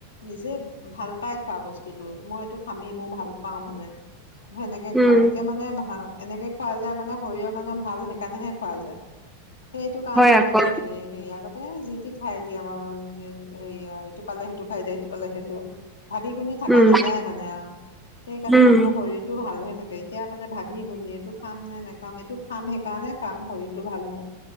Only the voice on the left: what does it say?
নিজে, ভাল পাই খোৱা বস্তুতো মইটো খামেই মোৰ ভাল পাও মানে সেনেকে
খোৱা এতিয়া মানে ভ এনেকে খোৱা যায় মানে শৰীৰৰ কাৰণে ভাল সেকাৰণেহে খোৱা যায় সেইটো কাৰণে
মানে হে সেই আগতে যি তি সে <unintelligible> পালে সেইটো খাই দিয়ে সেইটো পালে সেইটো ভাবি গুণি থকা
নাযায় মানে আও সেইকাৰণে
মানুহৰ শৰীৰতটো ভাল হৈ থাকে এতিয়া মানে ভাবি গুণি এইটো খাম নে নেখাম এইটো খাম সেইকাৰণে কাম শৰীৰটো ভাল হয়